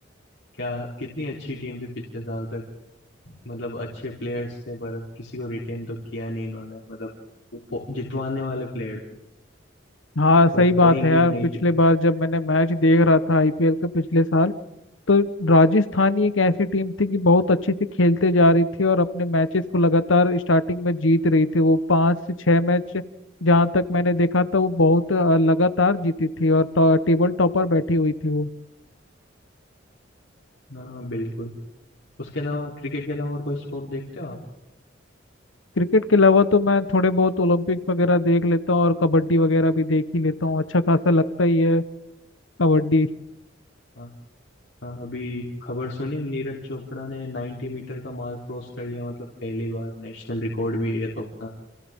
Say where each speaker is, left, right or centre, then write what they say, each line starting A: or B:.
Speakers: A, on the left; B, on the left.
A: क्या कितनी अच्छी टीम थी पिछले साल तक मतलब अच्छे प्लेयर्स थे पर किसी को रिटेन तो किया नहीं इन्होंने मतलब वो पो- जितवाने वाले प्लेयर थे
B: हाँ सही
A: पर
B: बात
A: कोई नहीं
B: है यार
A: नई
B: पिछले
A: टीम
B: बार जब मैंने मैच देख रहा था आईपीएल का पिछले साल तो राजस्थान ही एक ऐसी टीम थी कि बहुत अच्छे से खेलते जा रही थी और अपने मैचेस को लगातार स्टार्टिंग में जीत रही थी वो पाँच से छह मैच जहाँ तक मैंने देखा था वो बहुत अ, लगातार जीती थी और टॉ- टेबल टॉपर बैठी हुई थी वो
A: हाँ बिल्कुल उसके अलावा क्रिकेट के अलावा और कोई स्पोर्ट देखते हो आप
B: क्रिकेट के अलावा तो मैं थोड़े बहुत ओलंपिक वगैरह देख लेता हूँ और कबड्डी वगैरह भी देख ही लेता हूँ अच्छा खासा लगता ही है कबड्डी
A: हाँ। हाँ अभी खबर सुनी नीरज चोपड़ा ने 90 मीटर का मार्क क्रॉस कर लिया मतलब पहली बार नेशनल रिकॉर्ड भी है तो अपना